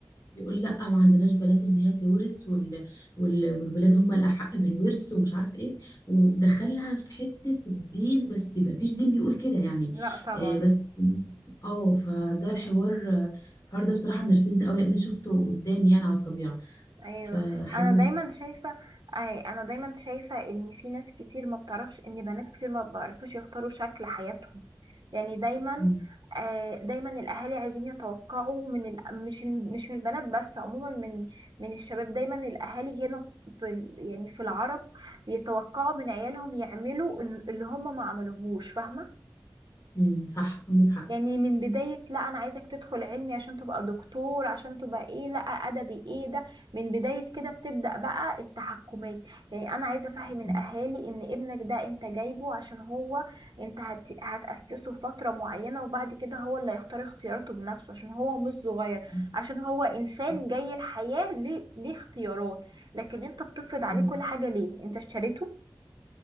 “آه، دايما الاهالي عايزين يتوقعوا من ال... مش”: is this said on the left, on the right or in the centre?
Right